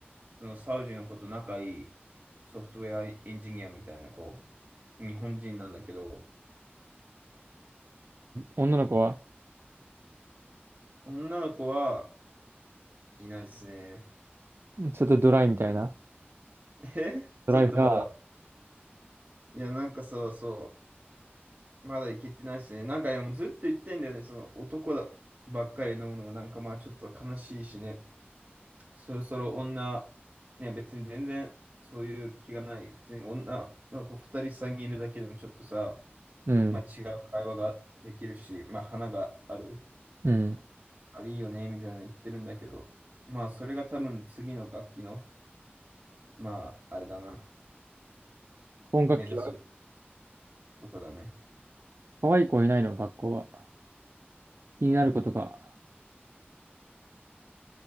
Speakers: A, on the right; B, on the right.
A: そのサウジの子と仲いいソフトウェアエンジニアみたいな子、日本人なんだけど、
B: 女の子は、
A: 女の子はいないですね。
B: ちょっとドライみたいな。
A: <laughs> えちょっとまだ。
B: ドライフラワ
A: いや、なんかさ、そう、まだいけてないですね。なんかでもずっと言ってんだよね。その男だばっかり飲むのもなんかまあちょっと悲しいしね。そろそろ女、ね、別に全然そういう気がない。普通に女の子2人3人いるだけでもちょっとさ、
B: ーうん。
A: まあ違う会話ができるし、まあ花がある。
B: うん。
A: あれいいよね、みたいなの言ってるんだけど。まあそれが多分次の楽器の、まああれだな。
B: 今学期は、
A: 目指すとこだね。
B: 可愛い子いないの、学校は。気になることが。